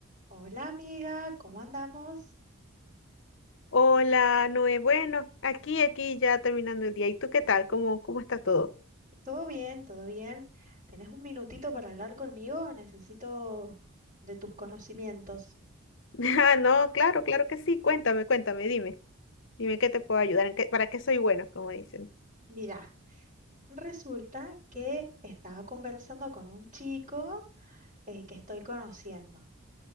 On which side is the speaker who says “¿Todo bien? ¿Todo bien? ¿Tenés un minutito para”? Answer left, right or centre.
Right